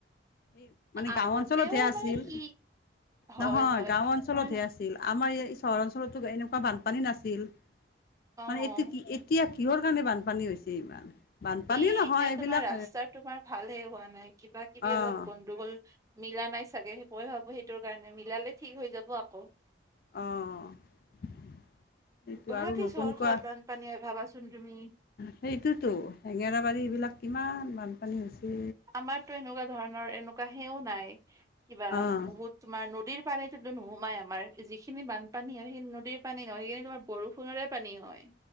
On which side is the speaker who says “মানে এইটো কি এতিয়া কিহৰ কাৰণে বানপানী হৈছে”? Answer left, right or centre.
Left